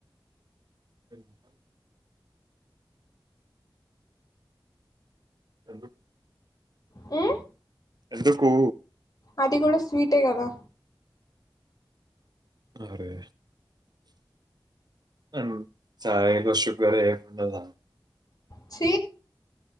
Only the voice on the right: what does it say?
ఏం కాదు ఎందుకు
ఎందుకూ
అరే అమ్ సరే ఏదో షుగర్ ఎయకుండ తాగుత